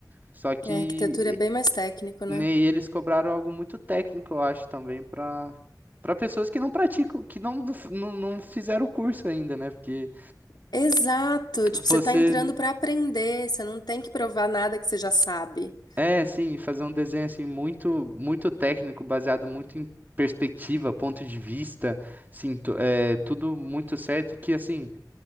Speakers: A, on the right; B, on the left.
A: Só que
B: A arquitetura
A: e-
B: é bem mais técnico, né?
A: né, e eles cobraram algo muito técnico, eu acho, também, para para pessoas que não praticam, que não, não, f- não não fizeram o curso ainda, né? Porque
B: Exato, tipo,
A: você,
B: você tá entrando pra aprender, você não tem que provar nada que você já sabe.
A: é, assim, fazer um desenho, assim, muito, muito técnico, baseado muito em perspectiva, ponto de vista, assim, tu- é, tudo muito certo, que, assim.